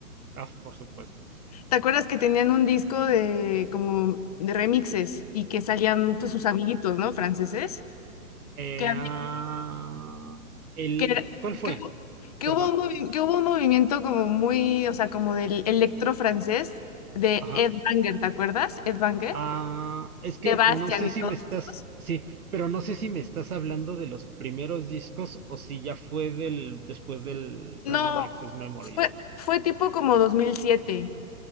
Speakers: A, on the right (about 75°); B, on the left (about 25°).
A: Ah, por supuesto.
B: ¿Te acuerdas que tenían un disco de como de remixes y que salían
A: Ah,
B: pues, sus amiguitos, ¿no? Franceses,
A: Eh,
B: que, había-
A: ah, el,
B: que, era-
A: ¿cuál fue?
B: que hubo, que
A: Perdón.
B: hubo un movi- que hubo un movimiento como muy, o sea, como del electro francés de
A: Ajá.
B: Ed Banger, ¿te acuerdas? Ed Banger,
A: Ah, es que
B: Sebastián
A: no sé
B: y
A: si
B: todos
A: me estás,
B: estos.
A: sí, pero no sé si me estás hablando de los primeros discos o si ya fue del, después del Random
B: No,
A: Access Memories.
B: fue, fue tipo como 2007.